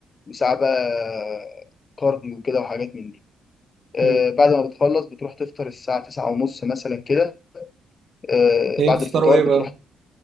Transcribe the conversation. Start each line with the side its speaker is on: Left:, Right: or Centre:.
Left: وساعه بقى كارديو كده وحاجات من دي آه،
Right: امم
Left: بعد ما بتخلص بتروح تفطر الساعه تسعة ونص مثلا كده آه،
Right: ايه
Left: بعد
Right: بتفطروا
Left: الفطار
Right: ايه
Left: بتروح
Right: بقى